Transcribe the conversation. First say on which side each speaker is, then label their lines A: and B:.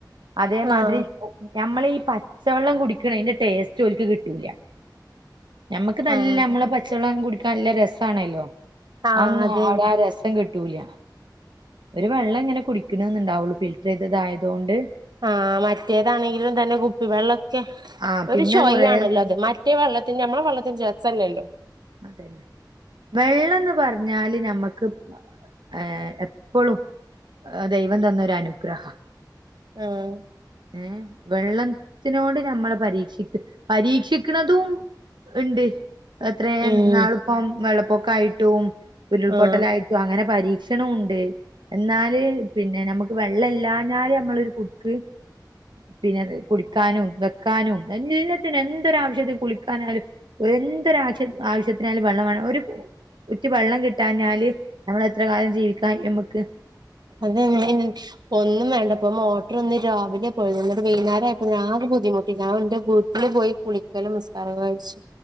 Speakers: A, on the right (about 80°); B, on the right (about 65°).
A: അതേമാതിരി
B: ആഹ്
A: നമ്മളെ ഈ പ പച്ച വെള്ളം കുടിക്കണതിന്റെ ടേസ്റ്റ് ഓൽക്ക് കിട്ടൂല. നമ്മക്ക് നല്ല
B: ആഹ്
A: നമ്മള് പച്ചവെള്ളം കുടിക്കാൻ നല്ല രസമാണല്ലോ
B: ആഹ്
A: അതൊന്നും
B: അതെ
A: അവിടെ ആ രസം. രസം കിട്ടൂല ഒരു വെള്ളം ഇങ്ങനെ കുടിക്കണന്നണ്ടാവുള്ളൂ ഫിൽറ്റർ ചെയ്തതായതുകൊണ്ട്.
B: ആഹ് മറ്റേതാണെങ്കിലും തന്നെ കുപ്പിവെള്ളമൊക്കെ
A: ആ പിന്നെ
B: ഒരു ചൊയയാണല്ലോ
A: കൊറേ
B: അത് മറ്റ്. മറ്റേ വെള്ളത്തിന്റെ നമ്മളെ വെള്ളത്തിന്റെ രസല്ലല്ലോ.
A: അതന്നെ വെള്ളംന്ന് പറഞ്ഞാല് നമ്മുക്ക് ഏഹ് എപ്പോഴും ദൈവം തന്നൊരു അനുഗ്രഹ
B: ആഹ്
A: ഏഹ് വെള്ളത്തിനോട് നമ്മൾ പരീക്ഷിക്ക പരീക്ഷിക്കണതും. ഉണ്ട് എത്രേ ഇന്നാൾപ്പൊ
B: ഉം
A: വെള്ളപ്പൊക്കായിട്ടും ഉരുൾപൊട്ടലായിട്ടും.
B: ആഹ്
A: അങ്ങനെ പരീക്ഷണും ഉണ്ട്. എന്നാല് പിന്നെ നമുക്ക് വെള്ളം ഇല്ലാഞ്ഞാല് നമ്മളൊരു കുടുക്ക്. പിന്നെത് കുടിക്കാനും വെക്കാനും എല്ലാത്തിനും എന്തൊരാവശ്യത്തിനും കുളിക്കാനായാലും. എന്തൊരു ആവശ്യ ആവശ്യത്തിനായാലും വെള്ളം വേണം ഒരു ഉറ്റ് വെള്ളം കിട്ടാഞ്ഞാല് നമ്മൾ എത്ര കാലം ജീവിക്കാൻ പറ്റും നമുക്ക്.
B: അതന്നെണ് ഒന്നും വേണ്ടപ്പോ മോട്ടർ ഒന്ന് രാവിലെ പോയി എന്നട്ട് വൈകുന്നേരായപ്പക്ക് ആകെ ബുദ്ധിമുട്ടി ഞാൻ ന്റെ വീട്ടിൽ പോയി. കുളിക്കലും നിസ്കാരും ഒക്കെ കഴിച്ചു